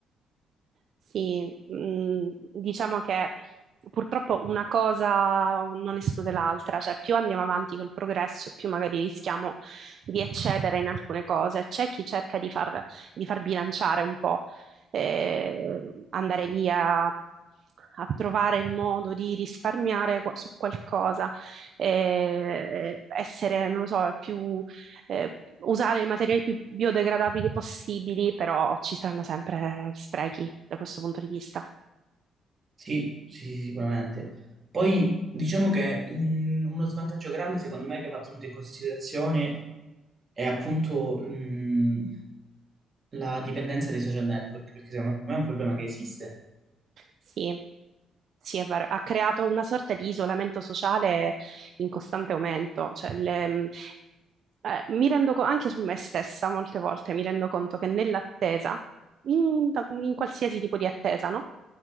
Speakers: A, on the right; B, on the right.
A: Sì, mh, diciamo che purtroppo una cosa non esclude l'altra, cioè più andiamo avanti col progresso, più magari rischiamo di eccedere in alcune cose. C'è chi cerca di far, di far bilanciare un po', eh, andare lì a, a trovare il modo di risparmiare qua- su qualcosa, eh, essere, non lo so, più eh, usare i materiali più biodegradabili possibili, però ci saranno sempre sprechi da questo punto di vista.
B: Sì, sì, sì, sicuramente. Poi diciamo che mh, uno svantaggio grande secondo me che va tenuto in considerazione è appunto mh, la dipendenza dai social network, perché secondo me è un problema che esiste.
A: Sì, sì, è vero. Ha creato una sorta di isolamento sociale in costante aumento. Cioè, le, mh, eh, mi rendo conto, anche su me stessa, molte volte mi rendo conto che nell'attesa, in, da- in qualsiasi tipo di attesa, no?